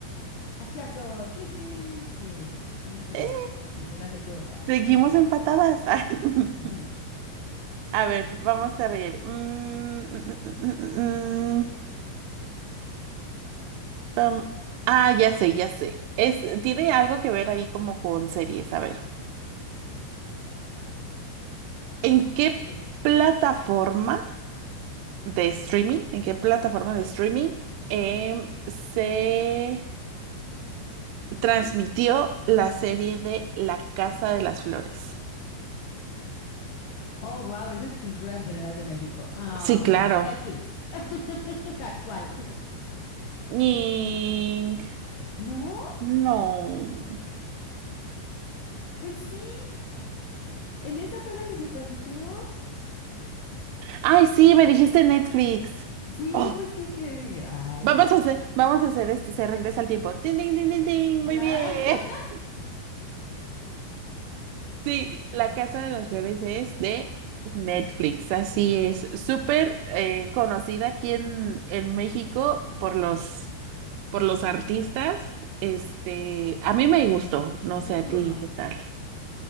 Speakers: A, on the left (about 75°); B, on the right (about 85°).
A: Ajiaco, tling, tling. Sí, vamos iguales.
B: ¡Eh!
A: Ninguna se ha equivocado.
B: Seguimos empatadas. <laughs>
A: Ujú.
B: A ver, vamos a ver. Mm, mm, mm, mm, mm, pam. Ah, ya sé, ya sé. Es, tiene algo que ver ahí como con series. A ver, ¿en qué
A: Dime.
B: plataforma de streaming, en qué plataforma de streaming em, se transmitió la serie de La Casa de las Flores?
A: Oh, wow, esa es cultura general de México. Am,
B: Sí, claro.
A: Netflix. <laughs> Actual.
B: Ning.
A: ¿No?
B: No.
A: Pues sí. En esa fue la que se transmitió.
B: Ay, sí, me dijiste Netflix.
A: Sí,
B: Oh,
A: pues que, que, ay,
B: Vamos a hacer, vamos a hacer este, se regresa al tiempo. Ding, ding, ding, ding, ding, muy
A: Ah,
B: bien.
A: <laughs>
B: <laughs> Sí, La Casa de las Flores es de Netflix, así es. Súper eh, conocida aquí en, en México por los, por los artistas. Este, a mí me gustó, no
A: mi
B: sé a
A: turno.
B: ti qué tal.